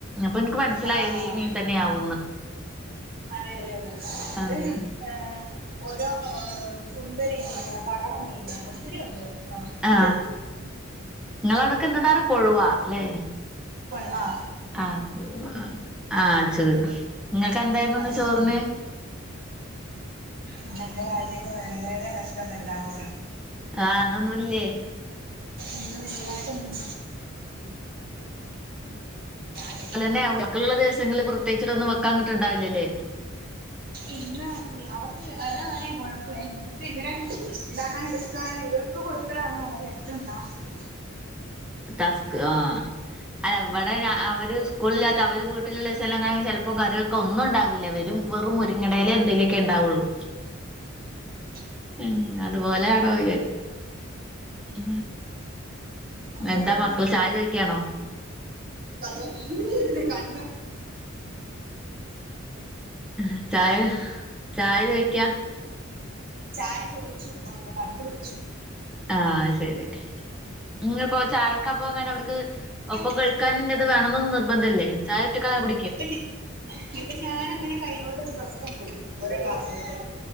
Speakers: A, in the centre; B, on the right.
A: അപ്പൊ ഇൻക്ക് മനസ്സിലായത്
B: ആഹ്
A: ഈ മീൻ തന്നെയ്‌ ആവൂന്ന്
B: അതെതെ അതെ അതെ
A: ആഹ്
B: ഏ ഓരോ സുന്ദരിമീന്, പറവമീൻ ഒത്തിരി ഉണ്ട് നമുക്ക്
A: ആ നിങ്ങളവിടക്ക എന്താണ് കൊഴവാ ലേ?
B: കൊഴു ആ
A: ആ <unintelligible> ആ നിങ്ങക്ക് എന്തായിരുന്നുന്ന്
B: ആഹ്
A: ചോറിന്
B: ഇന്നെന്റെ കാര്യഒക്കെ വളരെ കഷ്ട പരിതാപകരം
A: ആ ഇന്നൊന്നുല്ല്യേ
B: ഇന്ന് വല്ല്യതായിട്ടൊന്നും <unintelligible>
A: അലെന്നെ മക്കൾള്ള ദിവസങ്ങളിൽ പ്രത്യേകിട്ടൊന്നും വെക്കാ കിട്ടണ്ടാവില്ലല്ലേ
B: ഇന്ന് അവർക്ക് അതാണേ കൊഴപേ ഇവർക്ക് ഇവരെ ഇണ്ടാക്കാൻ എടുക്കൻ ഇവർ ക്ക് കൊടുക്കലാണ് നമ്മുടെ ഏറ്റവും ടാസ്ക്
A: ടസ്ക് ആ അല്ലവിടെ അവര് സ്കൂളില്ലാത്ത അവർ വീട്ടിലുള്ളസങ്ങളിൽ ചെലപ്പോൾ കറികൾക്കെ ഒന്നും ഉണ്ടാവില്ല വെറും മുരിങ്ങടയില തിലക്കെണ്ടാവൊള്ളൂ.
B: <inaudible>
A: ആ അതുപോലൊന്ന് വിചാരിച്ചു
B: നമ്മളിപ്പം
A: എന്താ മക്കള് ചായ ചോയ്ക്കാണോ?
B: വന്ന് കണ്ടു
A: ഹ് ചായ, ഹ് ചായ ചോയിക്കാ.
B: ചായ ചോയിച്ചു ഒന്ന് കണ്ടുപച്ചു.
A: ആ ശരി ങ്ങപ്പോ ചായക്ക പോകാനവർക്ക് ഒപ്പം
B: ഉം
A: കഴിക്കാനിന്നത് വേണനൊന്നും നിർബന്ധല്ലേ. <unintelligible>
B: ഇപ്പഞ ഇപ്പൊ ഞാനങ്ങനെ കയ്യിലോട്ട് റസ്ക്കങ്ങ് കൊടുത്തു ഒരോ ഗ്ലാസ്സിലോട്ട്.